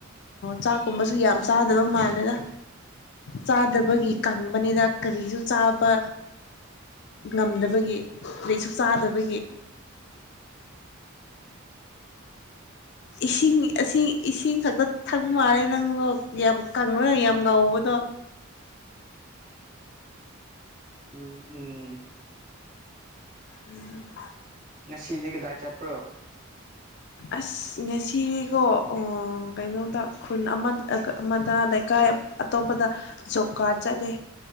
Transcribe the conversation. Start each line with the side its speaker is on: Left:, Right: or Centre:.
Left: ꯆꯥꯛꯀꯨꯝꯕꯁꯨ ꯌꯥꯝ ꯆꯥꯗꯕ ꯃꯥꯜꯂꯦꯗ ꯆꯥꯗꯕꯒꯤ
Right: ꯎꯝ
Left: ꯀꯪꯕꯅꯤꯗ ꯀꯔꯤꯁꯨ ꯆꯥꯕ ꯉꯝꯗꯕꯒꯤ ꯀꯔꯤꯁꯨ ꯆꯥꯗꯕꯒꯤ ꯏꯁꯤꯡ ꯏꯁꯤꯡ ꯈꯛꯇ ꯊꯛꯄ ꯃꯥꯂꯦ ꯅꯪꯗꯣ ꯌꯥꯝ ꯀꯪꯉꯒ ꯌꯥꯝ ꯉꯧꯕꯗꯣ
Right: ꯎꯝ ꯎꯝ
Left: ꯎꯝ
Right: ꯉꯁꯤꯗꯤ ꯀꯗꯥꯏ ꯆꯠꯄ꯭ꯔꯣ
Left: ꯑꯁ ꯉꯁꯤꯗꯤꯀꯣ ꯀꯩꯅꯣꯗ ꯈꯨꯟ ꯑꯃ ꯑꯃꯗ ꯂꯩꯀꯥꯏ ꯑꯇꯣꯞꯄꯗ ꯖꯣꯕ ꯀꯥꯔꯗ ꯆꯠꯂꯦ